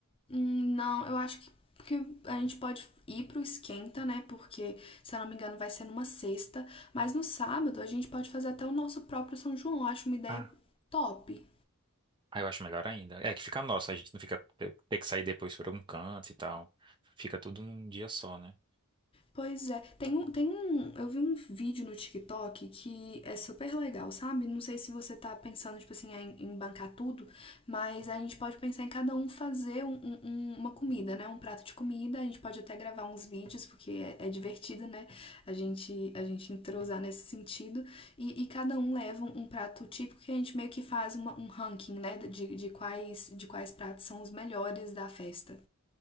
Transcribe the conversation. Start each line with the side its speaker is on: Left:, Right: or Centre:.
Left: Hum, Não, eu acho que, que a gente pode ir pro esquenta, né? Porque, se eu não me engano, vai ser numa sexta. Mas no sábado a gente pode fazer até o nosso próprio São João. Eu acho uma ideia
Right: Ah,
Left: top.
Right: Ah, eu acho melhor ainda. É que fica nosso, a gente não fica ter ter que sair depois pra algum canto e tal. Fica tudo num dia só, né?
Left: Pois é, tem um, tem um, eu vi um vídeo no TikTok que é super legal, sabe? Não sei se você tá pensando, tipo assim, em, em bancar tudo, mas a gente pode pensar em cada um fazer um- um- um- uma comida, né? Um prato de comida, a gente pode até gravar uns vídeos, porque é, é divertido, né? A gente, a gente entrosar nesse sentido, e, e cada um leva um, um prato típico que a gente meio que faz uma- um ranking, né? De, de quais, de quais pratos são os melhores da festa.